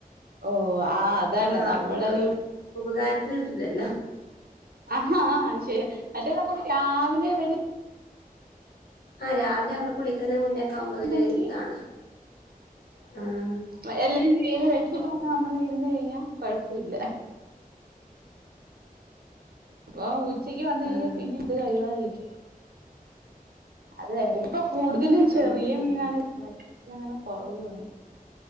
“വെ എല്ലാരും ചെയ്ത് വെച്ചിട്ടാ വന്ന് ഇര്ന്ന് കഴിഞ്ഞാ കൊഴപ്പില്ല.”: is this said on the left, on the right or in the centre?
Right